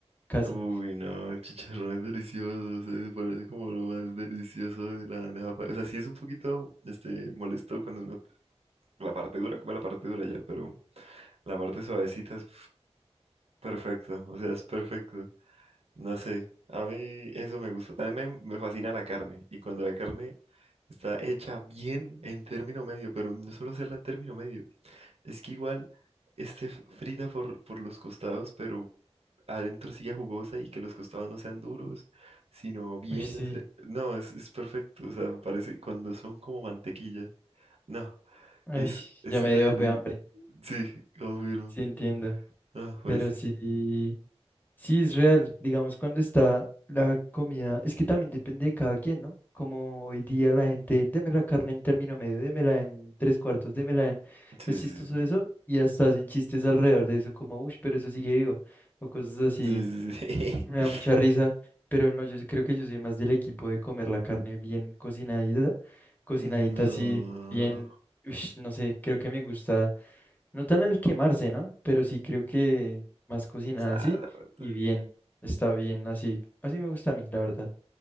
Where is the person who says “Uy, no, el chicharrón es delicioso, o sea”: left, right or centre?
Right